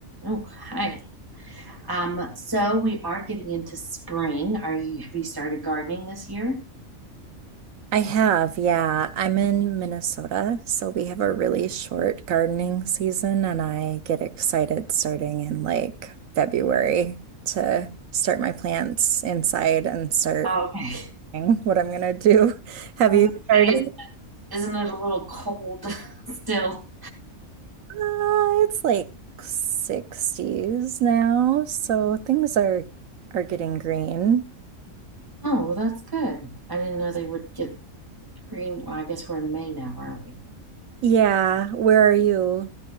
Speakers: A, on the right; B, on the right.
A: Okay. Um, so we are getting into spring. Are you have you started gardening this year?
B: I have, yeah. I'm in Minnesota, so we have a really short gardening season, and I get excited starting in like February to start my plants inside and start
A: Okay.
B: doing what I'm gonna do. <laughs> Have
A: I
B: you
A: was gonna
B: started?
A: say, is- isn't it a little cold <laughs> still?
B: Uh, it's like 60s now, so things are are getting green.
A: Oh, well, that's good. I didn't know they would get green. Well, I guess we're in May now, aren't we?
B: Yeah, where are you?